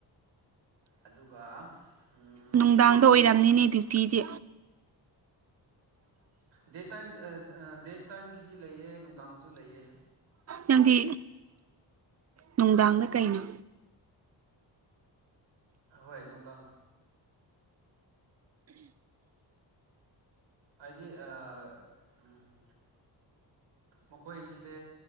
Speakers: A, on the right; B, on the right.
A: ꯑꯗꯨꯒ ꯎꯝ
B: ꯅꯨꯡꯗꯡꯗ ꯑꯣꯏꯔꯝꯅꯤꯅꯦ ꯗ꯭ꯌꯨꯇꯤꯗꯤ
A: ꯗꯦ ꯇꯏꯝ ꯑꯥ ꯑꯥ ꯗꯦ ꯇꯏꯝꯒꯤꯗꯤ ꯂꯩꯌꯦ ꯅꯨꯡꯗꯡꯁꯨ ꯂꯩꯌꯦ
B: ꯅꯪꯗꯤ ꯅꯨꯡꯗꯡꯅ ꯀꯩꯅꯣ
A: ꯍꯣꯏ ꯅꯨꯡꯗꯥꯡ ꯑꯩꯗꯤ ꯑꯥ ꯎꯝ ꯃꯈꯣꯏꯁꯦ